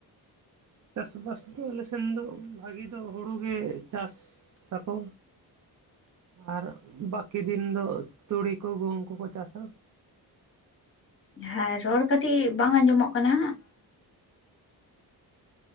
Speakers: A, on the right; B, on the left.
A: ᱪᱟᱥᱵᱟᱥ ᱫᱚ ᱟᱞᱮ ᱥᱮᱱ ᱫᱚ ᱵᱷᱟᱹᱜᱤ ᱫᱚ ᱦᱩᱲᱩ ᱜᱮ ᱪᱟᱥ ᱟᱠᱚ᱾ ᱟᱨ ᱵᱟᱹᱠᱤ ᱫᱤᱱ ᱫᱚ ᱛᱩᱲᱤ ᱠᱚ ᱜᱩᱦᱩᱢ ᱠᱚᱠᱚ ᱪᱟᱥᱟ‍᱾
B: ᱦᱮᱸ ᱨᱚᱲ ᱠᱟᱹᱴᱤᱡ ᱵᱟᱝ ᱟᱸᱡᱚᱢᱚᱜ ᱠᱟᱱᱟ?